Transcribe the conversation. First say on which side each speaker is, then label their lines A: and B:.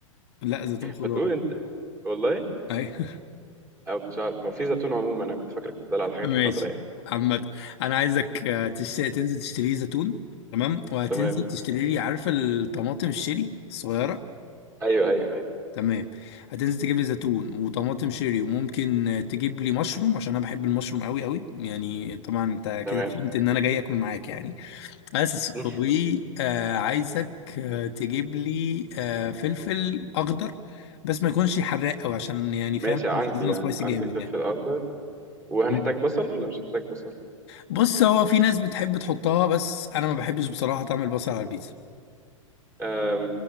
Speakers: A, on the left; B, on the right.
A: لا زيتون خضار
B: ما تقول انت والله
A: <laughs>
B: او كنتش عارف هو في زيتون عموما انا كنت فاكرك بتسأل على الحاجات
A: ماشي
B: الخضراء يعني
A: عامة انا عايزك آه، تش... تنزل تشتري لي زيتون تمام وهتنزل
B: تمام
A: تشتري لي عارفة الطماطم الشيري الصغيرة
B: ايوه ايوه ايوه
A: تمام هتنزل تجيب لي زيتون وطماطم شيري وممكن آه، تجيب لي مشروم عشان انا بحب المشروم قوي قوي يعني طبعا انت
B: تمام
A: كده فهمت ان انا جاي اكل معاك يعني بس
B: <laughs>
A: وعايزك تجيب لي آه، فلفل اخضر بس ما يكونش حراق قوي عشان يعني فاهم
B: ماشي عندي
A: مش عايزينها
B: يعني
A: سبايسي
B: عندي
A: جامد
B: فلفل اخضر وهنحتاج
A: يعني
B: بصل ولا مش هنحتاج بصل
A: بص هو في ناس بتحب تحطها بس انا ما بحبش بصراحه طعم البصل على البيتزا
B: أم